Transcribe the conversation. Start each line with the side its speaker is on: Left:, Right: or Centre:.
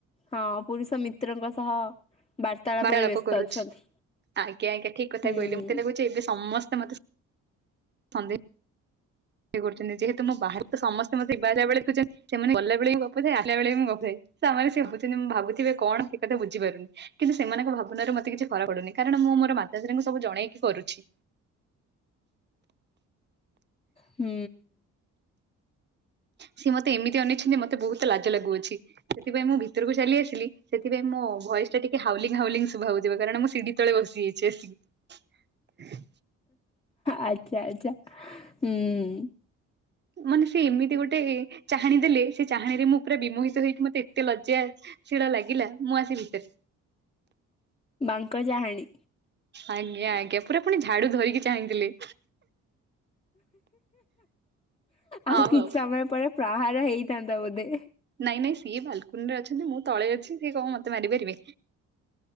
Left: ହଁ ପୁରୁଷ ମିତ୍ରଙ୍କ ସହ ବାର୍ତ୍ତାଳାପରେ
Right: ବାରାଳାପ
Left: ବ୍ୟସ୍ତ
Right: କରୁଛି।
Left: ଅଛନ୍ତି।
Right: ଆଜ୍ଞା ଆଜ୍ଞା ଠିକ୍ କଥା
Left: ହୁଁ
Right: କହିଲେ ମତେ ଲାଗୁଛି ଏବେ ସମସ୍ତେ ମତେ ସନ୍ଦେହ ଇଏ କରୁଛନ୍ତି ଯେହେତୁ ମୋ ବାହାରେ ତ ସମସ୍ତେ ମତେ ଯିବା ଆସିବାବେଳେ ଦେଖୁଛନ୍ତି ସେମାନେ ଗଲାବେଳେ ବି ଗପୁଥାଏ ଆସିଲାବେଳେ ବି ମୁଁ ଗପୁଥାଏ, ତାମାନେ ସେ <inaudible> ମୁଁ ଭାବୁଥିବେ କଣ ସେ କଥା ବୁଝିପାରୁନି। କିନ୍ତୁ ସେମାନଙ୍କ ଭାବନାରେ ମତେ କିଛି ଫର ପଡୁନି କାରଣ ମୁଁ ମୋର ମାତାଶ୍ରୀଙ୍କୁ ସବୁ ଜଣେଇକି କରୁଛି।
Left: ହୁଁ
Right: ସିଏ ମତେ ଏମିତି ଅନେଇଛନ୍ତି ମତେ ବହୁତ ଲାଜ ଲାଗୁଅଛି ସେଥିପାଇଁ ମୁଁ ଭିତରକୁ ଚାଲି ଆସିଲି। ସେଥିପାଇଁ ମୋ ଭଏସ୍ ଟା ଟିକେ ହାଉଲିଙ୍ଗ ହାଉଲିଙ୍ଗ ଶୁଭା ହଉଯିବ କାରଣ ମୁଁ ସିଢି ତଳେ ବସିଯାଇଛି ଆସିକି। ହ
Left: ଆଚ୍ଛା ଆଚ୍ଛା ହୁଁ ହୁଁ।
Right: ମନେ ସେ ଏମିତି ଗୋଟେ ଚାହାଣୀ ଦେଲେ, ସେ ଚାହାଣୀରେ ମୁଁ ପୁରା ବିମୋହି ତ ହେଇକି ମତେ ଏତେ ଲଜ୍ଜା ଶୀଳ ଲାଗିଲା ମୁଁ ଆସି ଭିତରେ।
Left: ବାଙ୍କଚାହାଣୀ।
Right: ଆଜ୍ଞା ଆଜ୍ଞା ପୁରା ପୁଣି ଝାଡୁ ଧରିକି ଚାହିଁଥିଲେ।
Left: ଆଉ
Right: ହଉ
Left: କିଛି
Right: ହଉ
Left: ସମୟ ପରେ ପ୍ରହାର ହେଇଥାନ୍ତା ବୋଧେ।
Right: ନାଇଁ ନାଇଁ ସିଏ ବାଲକୁନିରେ ଅଛନ୍ତି, ମୁଁ ତଳେ ଅଛି ସିଏ କଣ ମତେ ମାରିପାରିବେ।